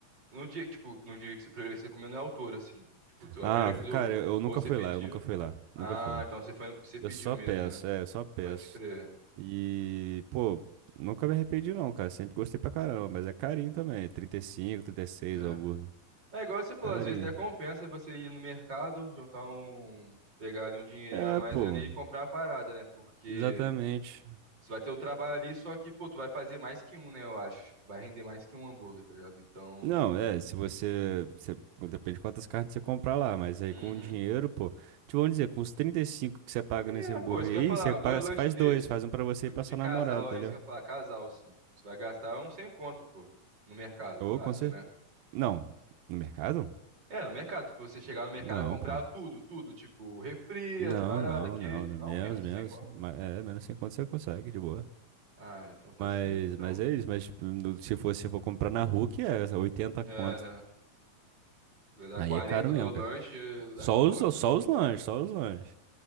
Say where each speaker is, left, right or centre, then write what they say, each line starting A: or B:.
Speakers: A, on the right; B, on the right.
A: No dia que, tipo, no dia que você, primeira vez que você comeu não é autor, assim. Tipo, tu-
B: Ah,
A: a primeira que tu,
B: cara,
A: tu-
B: eu, eu nunca
A: ou você
B: fui
A: pediu.
B: lá, eu nunca fui lá,
A: Ah,
B: nunca fui lá.
A: então você foi no, você pediu
B: Eu só
A: mesmo,
B: peço,
A: né?
B: é, eu só peço.
A: Pode crer.
B: E, pô, nunca me arrependi não, cara. Sempre gostei pra caramba, mas é carinho também. 35, 36
A: É.
B: o hambúrguer.
A: É igual você falou,
B: Carinho.
A: às vezes até compensa você ir no mercado, juntar um, pegar ali um dinheirinho
B: É,
A: a mais
B: pô,
A: ali e comprar uma parada, né? Porque
B: exatamente.
A: você vai ter o trabalho ali, só que, pô, tu vai fazer mais que um, né? Eu acho. Tipo, vai render mais que um hambúrguer, tá ligado? Então.
B: Não, é, se você, você- Depende de quantas carnes você comprar lá, mas aí
A: Uhum.
B: com o dinheiro, pô. Te vão dizer, com os 35 que você paga
A: É,
B: nesse hambúrguer
A: pô, isso que
B: aí,
A: eu ia falar,
B: você paga,
A: dois
B: você
A: lanches
B: faz
A: desses.
B: dois, faz um pra você
A: Tipo,
B: e pra
A: de
B: sua
A: casal,
B: namorada, entendeu?
A: é isso que eu ia falar, casal, sim. Você vai gastar um sem conto, pô, no mercado,
B: Ou
A: fácil,
B: com certeza.
A: né?
B: Não, no mercado?
A: É, no mercado, pra você chegar no mercado
B: Não,
A: e comprar
B: pô.
A: tudo, tudo, tipo, refri,
B: Não,
A: as paradas,
B: não,
A: queijo,
B: não, não.
A: não,
B: Menos,
A: menos
B: menos.
A: que sem conto.
B: Ma- É, menos 50 você consegue, de boa.
A: Ah, então tá
B: Mas,
A: safe, então.
B: mas é isso. Mas tipo, no- se for, se for comprar na rua, que é 80
A: É,
B: conto.
A: né? Dá
B: Aí
A: 40
B: é caro mesmo,
A: do lanche,
B: cara.
A: da
B: Só
A: Coca.
B: os, só os lanches, só os lanches.